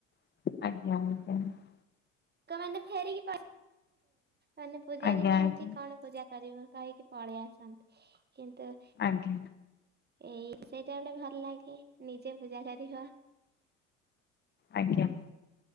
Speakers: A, on the left; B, on the right.
A: <inaudible>
B: ଲୋକମାନେ ଫେରିକି ମାନେ ପୂଜାରୀ
A: ଆଜ୍ଞା
B: ନାହାନ୍ତି
A: ଆଜ୍ଞା
B: କ'ଣ ପୂଜା କରିବୁ। କହିକି ପଳେଇ ଆସନ୍ତି। କିନ୍ତୁ
A: ଆଜ୍ଞା।
B: ଏଇ ସେଇଟା ଭଲ୍ ଲାଗେ ନିଜେ ପୂଜା କରି।
A: ଆଜ୍ଞା।